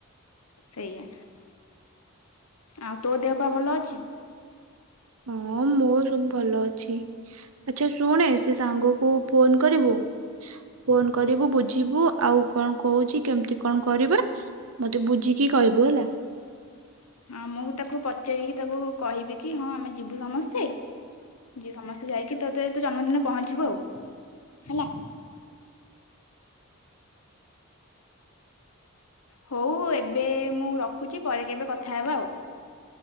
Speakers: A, on the left; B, on the right.
A: ସେଇଆ ଆଉ ତୋ ଦେହପା ଭଲ ଅଛି?
B: ହଁ ମୋ ସବୁ ଭଲ ଅଛି ଆଚ୍ଛା ଶୁଣେ ସେ ସାଙ୍ଗକୁ ଫୋନ କରିବୁ ଫୋନ କରିବୁ ବୁଝିବୁ ଆଉ କଣ କହୁଛି କେମିତି କଣ କରିବା ମତେ ବୁଝିକି କହିବୁ ହେଲା।
A: ହଁ ମୁଁ ତାକୁ ପଚାରିକି ତାକୁ କହିବି କି ହଁ ଆମେ ଯିବୁ ସମସ୍ତେ ଯେ ସମସ୍ତେ ଯାଇକି ତତେ ତୋ ଜନ୍ମଦିନ ପହଞ୍ଚିବୁ ଆଉ ହେଲା। ହଉ ଏବେ ମୁଁ ରଖୁଚି ପରେ କେବେ କଥାହେବା ଆଉ।